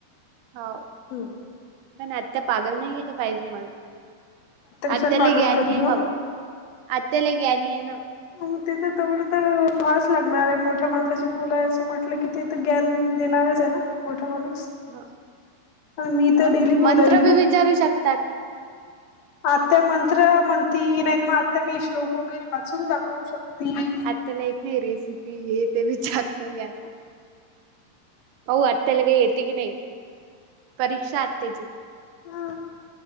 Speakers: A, on the right; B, on the left.
A: हाव
B: हम्म
A: पण आत्या पागल नाही <unintelligible>
B: कशाला
A: आत्या लई
B: पागल
A: ग्यानी
B: करीन
A: हे बाबा,
B: ओ
A: आत्या लई ग्यानीये ना.
B: मग ते तर तेवढं तर <unintelligible> लागणार आहे, मोठ्या माणसाशी बोलायचं म्हटलं की ते तर ग्यान देणारच आहे ना, मोठा माणूस.
A: हं,
B: आणि मी तर
A: अ!
B: डेली बोलायली
A: मंत्र बी
B: ना
A: विचारू शकतात.
B: आत्या मंत्र म्हणती, नाहीत मग आत्या काही श्लोक वगैरे वाचून दाखवू शकती.
A: त्याला एक मी रेसिपी हे ते विचारते मी आता. पाहु आत्याला काही येते की नाही, परीक्षा आत्याची.
B: अ